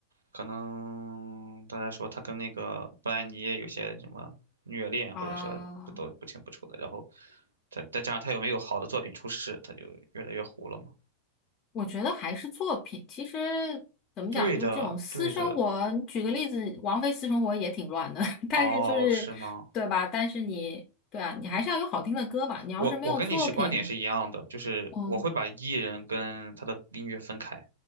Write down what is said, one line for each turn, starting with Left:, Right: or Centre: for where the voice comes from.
Right: 可能大家说他跟那个布兰妮有些什么虐恋，
Left: 啊。
Right: 或者说不都不清不楚的，然后他再加上他又没有好的作品出世，他就越来越糊了嘛。
Left: 我觉得还是作品。其实怎么讲，
Right: 对的，
Left: 就是这种私生活，
Right: 对的，
Left: 举个例子，王菲私生活也挺乱的，<laughs> 但是就是对吧？
Right: 哦，是吗？
Left: 但是你对啊，你还是要有好听的歌嘛。你要是没有作品，
Right: 我我跟你是观点是一样的，就是我会把艺人跟他的音乐分开。
Left: 嗯